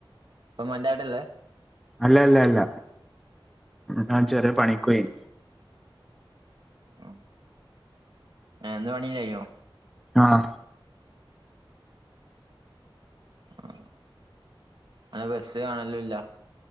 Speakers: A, on the right (about 60°); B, in the centre.
A: ഇപ്പ മ്മന്റാടെള്ളെ
B: അല്ല അല്ല അല്ല ഞാൻ ചെറിയ പണിക്കൊയിൻ.
A: ഉ ഇന്ന് പണി ണ്ടായിന്നോ
B: ആഹ
A: ആ അനെ ബസ്സികാനലൂല്ല